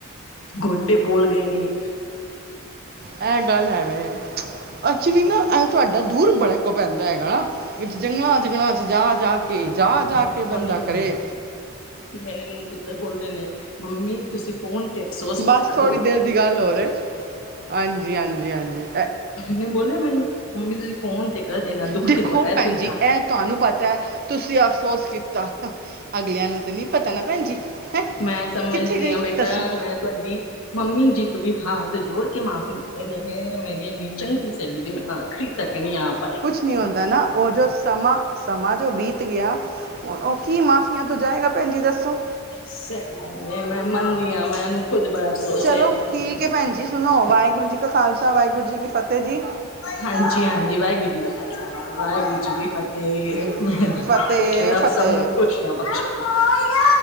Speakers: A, on the left (about 80°); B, on the right (about 45°).
A: ਗੋਡੇ ਬੋਲ ਗਏ ਨੇ।
B: ਐ ਗੱਲ ਹੈ ਵੇ, ਐਕਚੁਲੀ ਨਾ ਐ ਤੁਹਾਡਾ ਦੂਰ ਬੜਾ ਕੁ ਪੈਂਦਾ ਹੈਗਾ। ਵਿੱਚ ਜੰਗਲਾਂ, ਜੰਗਲਾਂ 'ਚ ਜਾ ਜਾ ਕੇ, ਜਾ ਜਾ
A: ਮੇਰੇ
B: ਕੇ
A: ਕੋਲ
B: ਬੰਦਾ
A: ਨੀ ਹੁੰਦਾ
B: ਕਰੇ।
A: ਮੇਰੇ ਨੂੰ ਪੁੱਤਰ ਬੋਲਦੇ ਨੇ ਮੰਮੀ ਤੁਸੀਂ ਫੋਨ ਤੇ ਅਫਸੋਸ
B: ਬਸ
A: ਵਿਤਾ
B: ਥੋੜੀ
A: ਦੋ।
B: ਦੇਰ ਦੀ ਗੱਲ ਹੋ ਰੇ ਹਾਂਜੀ, ਹਾਂਜੀ, ਹਾਂਜੀ।
A: ਨੇ ਬੋਲਿਆ ਮੈਨੂੰ, ਮੰਮੀ ਤੁਸੀਂ ਫੋਨ ਤੇ ਕਰ ਦੇਣਾ ਦੁੱਖ
B: ਦਿਖੋ
A: ਤੇ ਬੜਾ ਹੈ
B: ਪੈਨ
A: ਬੇਟਾ
B: ਜੀ ਐ ਤੁਹਾਨੂੰ ਪਤਾ ਐ ਤੁਸੀਂ ਅਫਸੋਸ ਕੀਤਾ, ਅਗਲਿਆਂ ਨੂੰ ਤੇ ਨੀ ਪਤਾ ਨਾ ਭੈਣ ਜੀ। ਹੈ
A: ਮੈਂ ਸਮਝਦੀ
B: ਕਿੱਥੇ ਗਈ
A: ਆਂ ਬੇਟਾ
B: ਦੱਸੋ
A: ਮੈਂ ਤੁਹਾਡੀ ਮੰਮੀ ਜੀ ਤੁੂੰ ਵੀ ਹਾਥ ਜੋੜ ਕੇ ਮਾਫ਼ੀ <unintelligible> ਹੈ ਮੇਰੀ ਚੰਗੀ ਸੈਲੀ ਦੀ ਮੈਂ ਖਰੀਦ ਤੱਕ ਨੀ ਆ ਪਾਾਈ।
B: ਕੁਛ ਨੀ ਹੁੰਦਾ ਨਾ ਓ ਜੋ ਸਮਾਂ, ਸਮਾਂ ਜੋ ਬੀਤ ਗਿਆ ਓ ਕੀ ਮਾਫੀਆਂ ਤੋਂ ਜਾਏਗਾ ਭੈਣ ਜੀ ਦੱਸੋ।
A: ਸੈ ਮੈਂ ਮੰਨਦੀ ਆਂ, ਮੈਂਨੂੰ ਖੁਦ ਬੜਾ ਅਫਸੋਸ
B: ਚਲੋ
A: ਹੈ।
B: ਠੀਕ ਹੈ ਭੈਣ ਜੀ, ਸੁਣੋ ਵਾਹਿਗੁਰੂ ਜੀ ਕਾ ਖਾਲਸਾ, ਵਾਹਿਗੁਰੂ ਜੀ ਕੀ ਫਤਿਹ ਜੀ।
A: ਹਾਂਜੀ-ਹਾਂਜੀ, ਵਾਹਿਗੁਰੂ ਜੀ ਦਾ ਖ਼ਾਲਸਾਾ, ਵਾਹਿਗੁਰੂ ਜੀ ਕੀ ਫ਼ਤਿਹ।
B: ਜੀ ਜੀ ਕੀ ਫਤਿਹ
A: ਰੱਬ
B: ਫਤਿਹ
A: ਸਭ ਨੂੰ ਖੁਸ਼ੀਆਂ ਬਖ਼ਸ਼ਨ।